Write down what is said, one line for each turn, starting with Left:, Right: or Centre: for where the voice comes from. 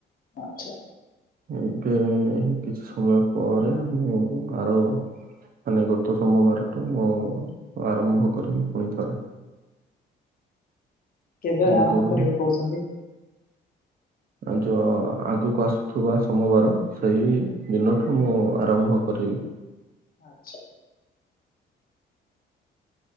Left: ଆଚ୍ଛା।
Right: ଏବେ ଏଇ କିଛି ସମୟ ପରେ ମୁଁ ଆର ମାନେ ଗତ ସୋମବାରଠୁ ମୁଁ ଆରମ୍ଭ କରିବି ପୁଣି ଥରେ।
Left: କେବେ
Right: ନିଜ
Left: ଆରମ୍ଭ
Right: ଦେହ
Left: କରିବେ କହୁଛନ୍ତି?
Right: ଆ ଯୋ ଆଗକୁ ଆସୁଥିବା ସୋମବାର ସେହି ଦିନଠୁ ମୁଁ ଆରମ୍ଭ କରି
Left: ଆଚ୍ଛା।